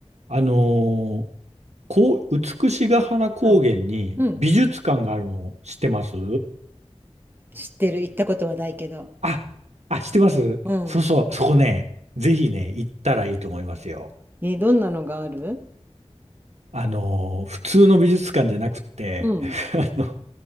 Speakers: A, on the right; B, on the right.
A: あのーこう、美しが原高原に美術館があるの知ってます
B: うん。うん。知ってる。行ったことはないけど。
A: あ、あ、知ってますそうそう、
B: うん。
A: そこね、ぜひね、行ったらいいと思いますよ。
B: え、どんなのがある
A: あのー普通の美術館じゃなくって、
B: うん。
A: <laughs> あの